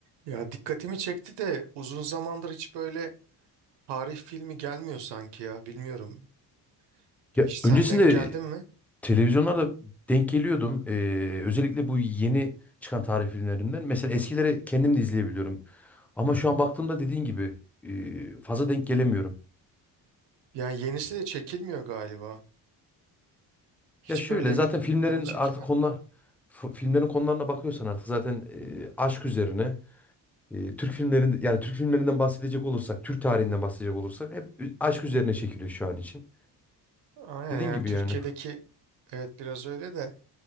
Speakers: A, on the right (about 85°); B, in the centre.
A: Ya dikkatimi çekti de uzun zamandır hiç böyle tarih filmi gelmiyor sanki ya bilmiyorum.
B: Ya
A: Hiç sen
B: öncesinde
A: denk geldin
B: e,
A: mi?
B: televizyonlarda denk geliyordum. Ee, özellikle bu yeni çıkan tarih filmlerinden. Mesela eskileri kendim de izleyebiliyorum. Ama şu an baktığımda dediğin gibi e, fazla denk gelemiyorum.
A: Yani yenisi de çekilmiyor galiba. Hiç
B: Ya şöyle
A: böyle
B: zaten filmlerin
A: yeni çekilen.
B: artık konular f- filmlerin konularına bakıyorsan artık zaten e, aşk üzerine e, Türk filmlerin yani Türk filmlerinden bahsedecek olursak, Türk tarihinden bahsedecek olursak hep aşk üzerine çekiliyor şu an için.
A: Aynen
B: Dediğin
A: yani
B: gibi
A: Türkiye'deki
B: yani.
A: evet biraz öyle de